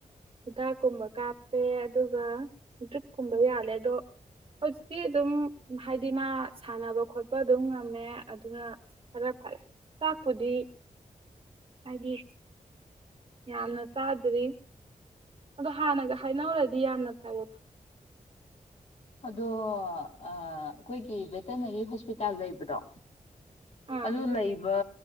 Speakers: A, on the right (about 40°); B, on the left (about 55°).
A: ꯍꯤꯗꯥꯛꯀꯨꯝꯕ ꯀꯥꯞꯄꯦ ꯑꯗꯨꯒ ꯗ꯭ꯔꯤꯞꯀꯨꯝꯕ ꯌꯥꯜꯂꯦ ꯑꯗꯣ ꯍꯧꯖꯤꯛꯇꯤ ꯑꯗꯨꯝ ꯍꯥꯏꯗꯤ ꯃꯥ ꯁꯥꯟꯅꯕ ꯈꯣꯠꯄ ꯑꯗꯨꯝ ꯉꯝꯃꯦ ꯑꯗꯨꯅ ꯈꯔ ꯐꯔꯦ ꯆꯥꯛꯄꯨꯗꯤ ꯍꯥꯏꯗꯤ ꯌꯥꯝꯅ ꯆꯥꯗ꯭ꯔꯤ ꯑꯗꯣ ꯍꯥꯟꯅꯒ ꯍꯥꯏꯅꯧꯔꯗꯤ ꯗꯤ ꯌꯥꯝꯅ ꯐꯔꯦꯕ
B: ꯑꯗꯣ ꯑꯩꯈꯣꯏꯒꯤ ꯚꯦꯇꯅꯔꯤ ꯍꯣꯁꯄꯤꯇꯥꯜ ꯂꯩꯕꯗꯣ
A: ꯑꯥ
B: ꯑꯗꯨ ꯂꯩꯕ